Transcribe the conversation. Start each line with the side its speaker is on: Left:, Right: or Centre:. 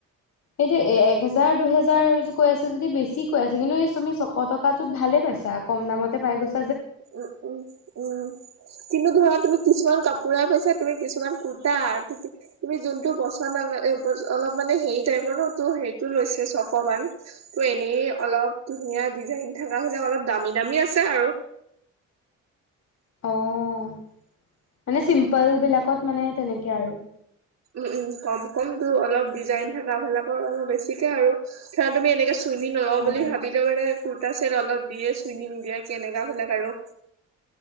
Left: এইটো এ এক হেজাৰ দুহেজাৰ কৈ আছে যদি বেছি কৈ আছে কিন্তু এই তুমি ছশ টকাাতত ভাল পা কম দামতে পাই গৈ
Right: উম উম উম কিন্তু ধৰা তুমি কিছুমান কাপোই পাইছা তুমি কিছুমান কুৰ্তা তুমি যোনটো পচন্দ অলপ মানে হেৰি টাইপৰ ন সেইটো লৈছে ছকান ত' এনেই অলপ ধুনীয়া ডিজাইন থকা বিিলাক অলপ দামী দামী ঠ আছে আৰু
Left: অঁ মানে চিম্পল বিলাকত মানে তেনেকে আৰু
Right: উম, উম, কম কমটো অলপ ডিজাইন থকা বিিলাকৰ অলপ বেছিকে আৰু ধৰা তুমি এনেকে চুইনী নলও
Left: অ
Right: বুলি ভাবিলো মানে ক ত তাৰ চত অলপ দিয়ে চিন নি দিয়া কেনেকাা বিলাক আৰু